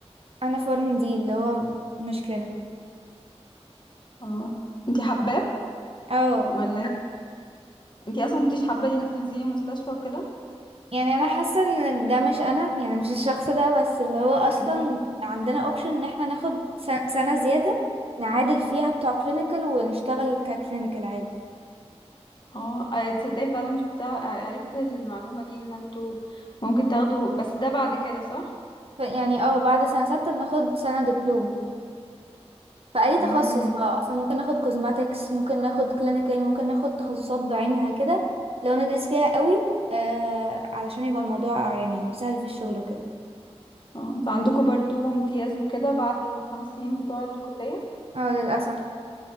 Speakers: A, on the right; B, on the left.
A: انا فارم دي اللي هو مش كلينيكال
B: اه انتي حباه
A: اه
B: ولا انت- انتي اصلا ما كنتيش حابه ان انتي تنزلي المستشفى وكده
A: يعني انا حاسه ان ده مش انا يعني مش الشخص ده بس اللي هو اصلا
B: امم
A: عندنا اوبشن ان احنا ناخد سن- سنه زياده نعادل فيها بتوع كلينيكال ونشتغل ككلينيكال عادي
B: اه اه، تصدقي فعلا شفتها ع- عرفت المعلومه دي ان انتوا ممكن تاخدوا بس ده بعد كده صح
A: ف- يعني اه بعد سنه سته بناخد سنه دبلوم في اي تخصص
B: امم
A: بقى اصلا ممكن ناخد كوزماتكس ممكن ناخد كلينيكال ممكن ناخد تخصصات بعينها كده لو ندرس فيها قوي آه علشان يبقى الموضوع يعني سهل في الشغل وكده
B: اه انتوا عندكم برضو امتياز وكده بعد الخمس سنين بتوع الكليه
A: اه للاسف